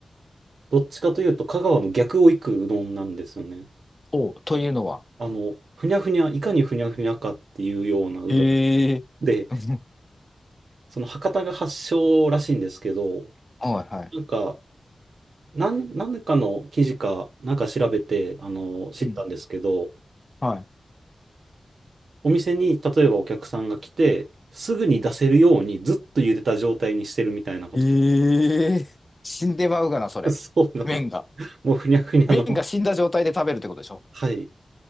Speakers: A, on the right; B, on the left.
A: どっちかというと香川の逆を行くうどんなんですよね。
B: お、というのは。
A: あの、ふにゃふにゃ、いかにふにゃふにゃかっていうようなうどん。
B: へえ。
A: で、
B: <laughs> うん。
A: その博多が発祥らしいんですけど、
B: はいはい。
A: なんか、なん、何かの記事か、なんか調べて、あの、知ったんですけど、
B: うん。は
A: お店に、例えばお客さんが来て、すぐに出せるようにずっと茹でた状態にしてるみたいなこと。
B: い。ええ。死んでまうがな、それ。
A: <laughs> そうなんです
B: 麺が。
A: もうふにゃふにゃの、
B: 麺が死んだ状態で食べるってことでしょ
A: はい。